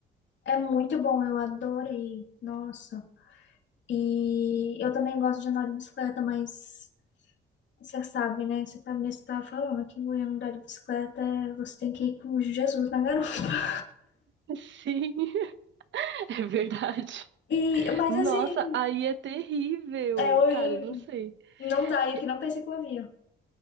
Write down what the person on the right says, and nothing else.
<laughs> Sim. <laughs> É verdade.
Nossa,
aí é terrível.
Cara, não sei.
E-